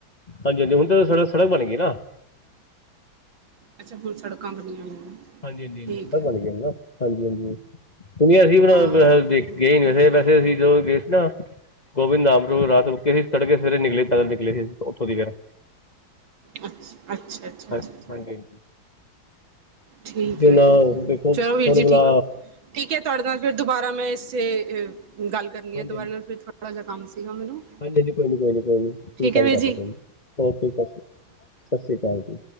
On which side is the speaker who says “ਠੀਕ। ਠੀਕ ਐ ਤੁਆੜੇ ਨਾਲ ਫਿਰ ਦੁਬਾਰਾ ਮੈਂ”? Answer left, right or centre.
Right